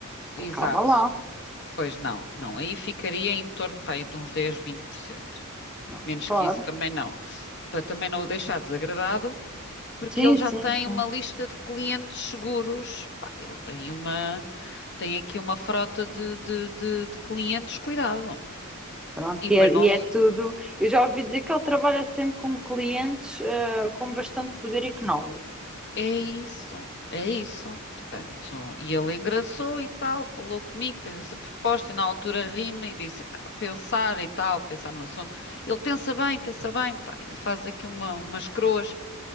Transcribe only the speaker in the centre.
calma lá.
Pronto,
claro.
Sim,
sim,
sim.
Pronto,
e é,
e é tudo. Eu já ouvi dizer que ele trabalha sempre com clientes, ah, com bastante poder económico.